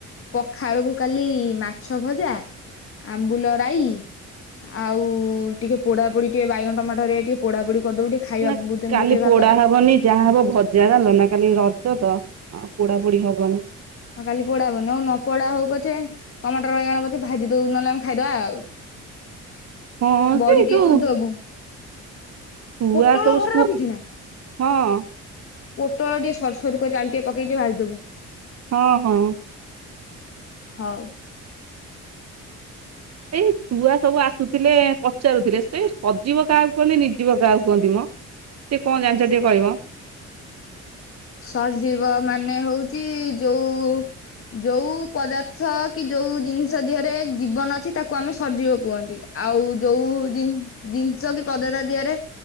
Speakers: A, on the left; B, on the right.
A: ପଖାଳକୁ କାଲି ମାଛ ଭଜା ଆମ୍ବୁଲ ରାଇଁ ଆଉ ଟିକେ ପୋଡ଼ା ପୋଡ଼ି ଟିକେ ବାଇଗଣ ଟମାଟରେ ଟିକେ ପୋଡ଼ା ପୋଡ଼ି କରିଦବୁ ଟିକେ ଖାଇବା
B: ନା
A: ବୁ
B: କାଲି
A: ମୁଠେ
B: ପୋଡ଼ା
A: ଭାତ।
B: ହବନି ଯାହା ହବ ଭଜା ଯାଲୁନା କାଲି ରଜତ ପୋଡ଼ା ପୋଡ଼ି ହବନି।
A: ଆଉ କାଲି ପୋଡ଼ା ହବନି ହଉନ ନପୋଡ଼ା ହଉ ପଛେ ଟମାଟର ବାଇଗଣ ପଛେ ଭାଜି ଦବୁ ନହେଲେ ଆମେ ଖାଇଦବା ଆଉ।
B: ହଁ
A: ବଡ଼ି
B: ସେ
A: ଟିକେ
B: ଯୋଉ
A: ଚୁରିଦବୁ
B: ଛୁଆ
A: ପୋଟଳ
B: ସବୁ ସ୍କୁ
A: ଘରେ ରଖିଚୁନା?
B: ହଁ।
A: ପୋଟଳ ଟିକେ ସରୁ ସରୁ କରି ଆଳୁ ଟିକେ ପକେଇକି ଟିକେ ଭାଜିଦବୁ?
B: ହଁ ହଁ।
A: ହଉ।
B: ସେଇ ଛୁଆ ସବୁ ଆସୁଥିଲେ ପଚାରୁଥିଲେ ସେ ସଜିବ କାହାକୁ କୁହନ୍ତି ନିଜିବ କାହାକୁ କୁହନ୍ତି ମୋ? ଟିକେ କଁ ଜାଣିଚ ଟିକେ କହିବ।
A: ସଜୀବ ମାନେ ହଉଚି ଯଉ ଯୋଉ ପଦାର୍ଥ କିଯୋଉ ଜିନିଷ ଦିହରେ ଜୀବନ ଅଛି ତାକୁ ଆମେ ସଜୀବ କୁହନ୍ତି। ଆଉ ଯୋଉ ଜିନ୍ ଜିନିଷକି ପଦାର୍ଥ ଦିହରେ